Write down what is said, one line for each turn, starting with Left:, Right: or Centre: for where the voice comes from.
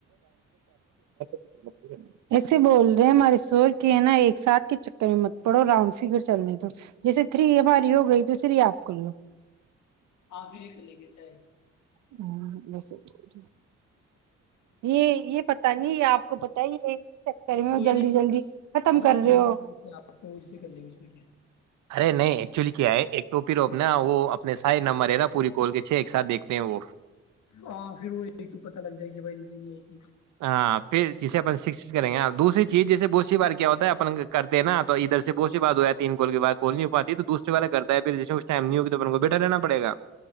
Right: <unintelligible> ایسے بول ہمارے سور کی ہے نا ایک ساتھ کے چکر مت پڑو رؤنڈ فگر چلنے تو جیسے تھری ہماری ہو گئی تو تھری آپ کو لو
Left: آپ ایک لے کے چیں
Right: ہ یہ سب ب یہ یہ پتا نہیں آپ کو پت ہے یہ کر رہ ہو
Left: کوئی
Right: جلدی
Left: نہیں
Right: جلدی ختم
Left: ارے
Right: کر
Left: کوئی
Right: رہے ہو
Left: نہیں جیسے آپ کو جسے کر لیں گے اس میں کیا
Right: ارے نہیں ایکچولی کیا ہے ایک تو پ نا وہ اپنے سا نمبر ہے نا پوری کال کے چھ ایک ساتھ دیکھتے ہیں وہ
Left: ہاں پھر وہ ایک تو پتا لگ جائے گ بھائی جے یہ یہ
Right: ہاں پھر جسے اپ شکت کریں گے دوسری چیز جیسے بہت کیا ہوتا ہے کرتے ہیں نا تو ادھر سے ب بات ہو ہے تین ب ہو پاتی توسے وال کرتا ہے پھر ج م نہیں ہوگی تو کو بیٹھا رہنا پڑے گا